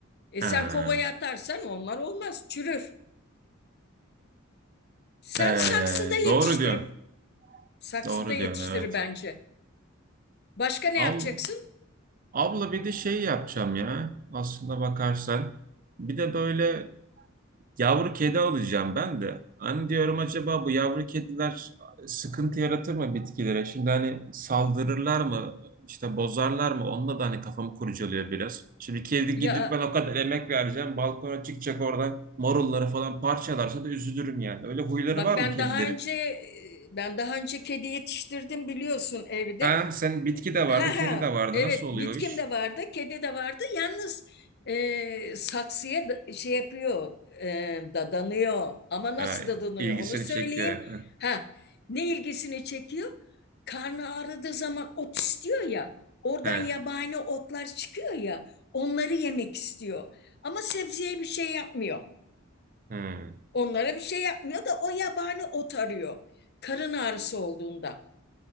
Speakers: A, on the left (about 50°); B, on the right (about 40°).
A: E
B: Ha.
A: sen kovaya atarsan onlar olmaz, çürür. Sen
B: Ee,
A: saksıda yetiştirip
B: doğru diyorsun.
A: saksıda
B: Doğru
A: yetiştir
B: diyorsun evet.
A: bence. Başka ne
B: Al,
A: yapacaksın?
B: abla bir de şey yapacağım ya. Aslında bakarsan. Bir de böyle yavru kedi alacağım ben de. Hani diyorum acaba bu yavru kediler sıkıntı yaratır mı bitkilere? Şimdi hani saldırırlar mı? İşte bozarlar mı? Onunla da hani kafamı kurcalıyor biraz. Şimdi kedi
A: Ya
B: gidip ben o kadar emek vereceğim. Balkona çıkacak orada marulları falan parçalarsa da üzülürüm yani. Öyle huyları
A: bak
B: var
A: ben
B: mı kedilerin?
A: daha önce ben daha önce kedi yetiştirdim biliyorsun evde.
B: Ha, sen bitki de vardı,
A: Ha,
B: kedi
A: ha,
B: de vardı.
A: evet
B: Nasıl oluyor
A: bitkim
B: o iş?
A: de vardı, kedi de vardı. Yalnız e, saksıya da- şey yapıyor, e, dadanıyor. Ama nasıl
B: Ha,
A: dadanıyor
B: ilgisini
A: onu söyleyeyim.
B: çekiyor. <laughs>
A: Ha, ne ilgisini çekiyor? Karnı ağrıdığı zaman ot istiyor ya. Oradan
B: Ha,
A: yabani otlar çıkıyor ya. Onları yemek istiyor. Ama sebzeye bir şey yapmıyor.
B: hmm.
A: Onlara bir şey yapmıyor da o yabani ot arıyor. Karın ağrısı olduğunda.